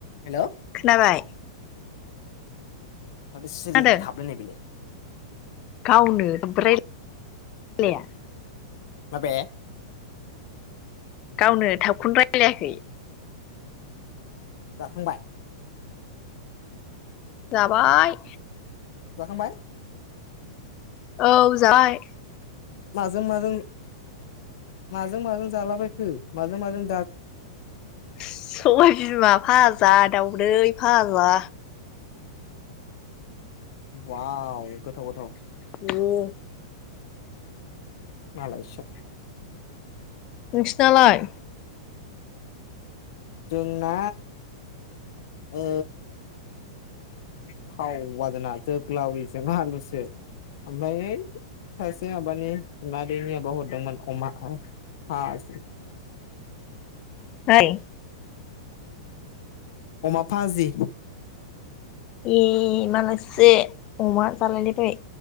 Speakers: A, on the left; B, on the left.
A: Hello
B: खोनाबाय?
A: माथो सिरि
B: खोनादों
A: थाबायलाय बिलाय।
B: गावनो ओमफ्राय <unintelligible>
A: माबे?
B: गावनो थाबखौनो रायलायाखै।
A: जाखांबाय?
B: जाबाय।
A: जाखांबाय?
B: औ जाबाय।
A: माजों-माजों माजों-माजों जालाबायखो माजों-माजों
B: सबाय बिमा भाजा दावदै। फाग्ला।
A: वाव गोथाव गोथाव।
B: <inaudible>
A: मालायसो।
B: नोंसिनालाय?
A: जोंना ओ थावा जोंना जोग्लाविजों आलुसो ओमफ्राय <unintelligible> सासे माबनि बिमादैनि आब हरदोंमोन। अमा <unintelligible>
B: फ्राय।
A: अमा भाजि।
B: ए मालायसो अमा जालायलायबाय।